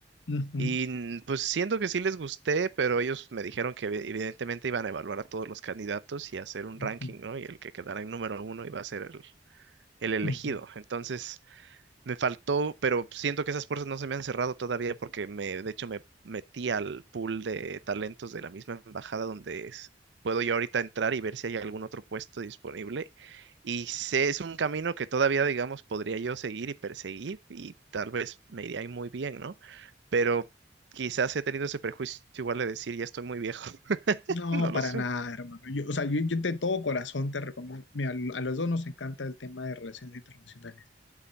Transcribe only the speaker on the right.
Y mm, pues siento que sí les gusté, pero ellos me dijeron que evi- evidentemente iban a evaluar a todos los candidatos y hacer un ranking,
¿no? Y el que quedara en número uno iba a ser el, el elegido.
Entonces me faltó, pero siento que esas puertas no se me han cerrado todavía porque me, de hecho, me metí al pool de talentos de la misma embajada donde es- puedo yo ahorita entrar y ver si hay algún otro puesto disponible. Y sé, es un camino que todavía, digamos, podría yo seguir y perseguir y tal vez me iría ahí muy bien, ¿no? Pero quizás he tenido ese prejuicio igual de decir, ya estoy muy viejo, <laughs>
no lo
sé.